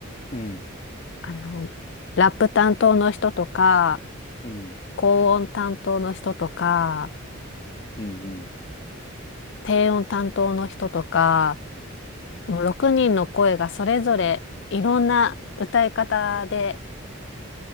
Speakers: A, on the left (about 35°); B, on the left (about 55°).
A: うん、
B: あの、ラップ担当の人とか、
A: うん、
B: 高音担当の人とか、
A: うん、うん。
B: 低音担当の人とか、もう6人の声がそれぞれいろんな歌い方で、